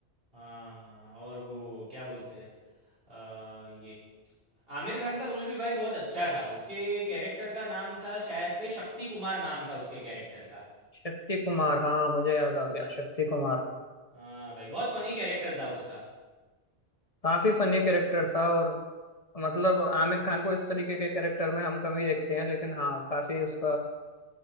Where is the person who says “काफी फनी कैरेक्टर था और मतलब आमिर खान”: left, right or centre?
Left